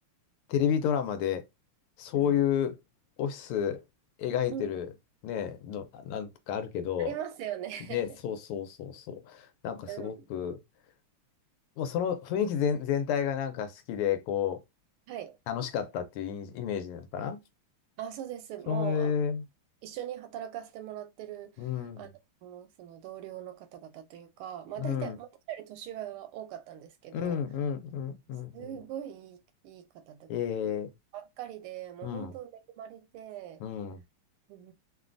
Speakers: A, on the left; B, on the right.
A: テレビドラマで、そういうオフィス描いてる、
B: うん。うん。
A: ね、の、なんかあるけど、
B: ありますよね。
A: ね、そうそうそうそう。なんかすごく、
B: <laughs> うん。
A: もうその雰囲気全、全体がなんか好きで、こ
B: はい。
A: う、楽しかったっていうイイメージなのかな
B: あ、そうです。
A: そ
B: もう、あ
A: れ
B: 一緒に働かせてもらってる、
A: うん、
B: あの、その同僚の方々というか、まあ大体、
A: うん、
B: 私より年上は多かったんですけど、
A: うん、うん、うん、うん。
B: すごいいい、
A: うん
B: いい方ば
A: ええ、
B: っかりで、もう本当恵まれて、
A: うん、うん。
B: うーん、